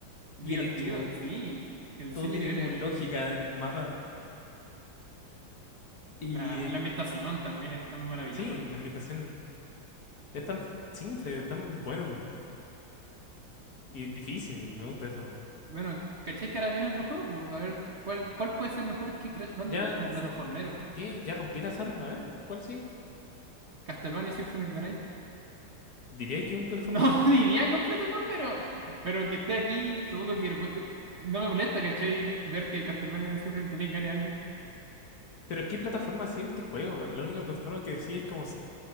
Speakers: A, on the right; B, on the left.
A: Divertido,
B: bien hechos,
A: sí. El diseño
B: todo tiene
A: de niveles,
B: como lógica en el mapa. Y
A: la, la ambientación también es tan maravillosa.
B: sí, la ambientación es tan simple, tan bueno y difícil, me gusta eso.
A: Bueno, ¿cachai que ahora viene otro juego? Pues, a ver, ¿cuál, cuál puede ser mejor que Crash Bandicoot
B: Ya,
A: como
B: s-
A: plataformero?
B: ¿qué? ¿Ya rompí la Saturn? A ver, ¿cuál sigue?
A: ¿Castlevania Symphony of the Night?
B: ¿Diríais que es un plataformero?
A: No <laughs> diría que un plataformero, pero que esté aquí, supongo que eh, no me molesta, ¿cachai? Ver que Castlevania Symphony of the Night gane algo.
B: ¿Pero qué plataforma sigue en este juego? La única plataforma que sigue es como